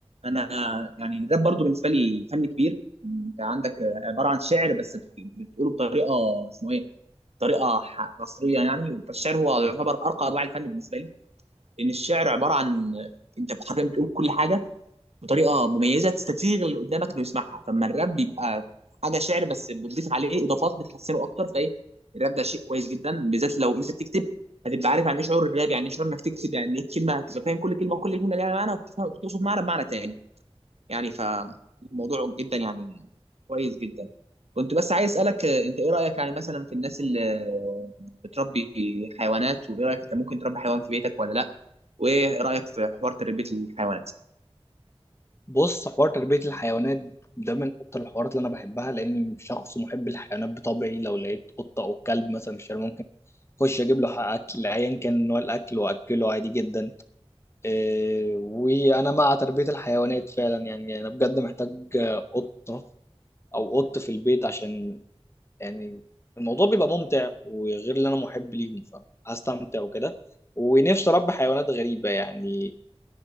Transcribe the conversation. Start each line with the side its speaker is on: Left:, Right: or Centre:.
Right: <laughs> يعني الراب برضه بالنسبه لي فن كبير انت عندك آه، عباره عن شعر بس بت- بتقوله بطريقه اسمه ايه طريقه ح- عصريه يعني فالشعر هو يعتبر ارقى انواع الفن بالنسبه لي لان الشعر عباره عن آه، انت حرفيا بتقول كل حاجه بطريقه مميزه تستسيغ اللي قدامك انه يسمعها فاما الراب بيبقى حاجه شعر بس بتضيف عليه اضافات بتحسنه اكتر فايه الراب ده شيء كويس جدا بالذات لو انت بتكتب هتبقى عارف يعني ايه شعور الراب يعني ايه شعور انك تكتب يعني ايه الكلمه هتبقى فاهم كل كلمه وكل كلمه ليها معنى وبتفهم وبتقصد معنى بمعنى تاني يعني فالموضوع جدا يعني كويس جدا كنت بس عايز اسالك آه، انت ايه رايك يعني مثلا في الناس اللي آه، بتربي حيوانات وايه رايك انت ممكن تربي حيوان في بيتك ولا لا وايه رايك في حوار تربيه الحيوانات
Left: بص حوار تربية الحيوانات ده من اكتر الحوارات اللي انا بحبها لاني شخص محب للحيوانات بطبعي لو لقيت قطة او كلب مثلا في الشارع ممكن اخش اجيب له حق اكل ايا كان نوع الاكل واكله عادي جدا إيه، وانا مع تربيه الحيوانات فعلا يعني انا بجد محتاج آه، قطه او قط في البيت عشان يعني الموضوع بيبقى ممتع وغير اللي انا محب ليهم فهستمتع وكده ونفسي اربي حيوانات غريبه يعني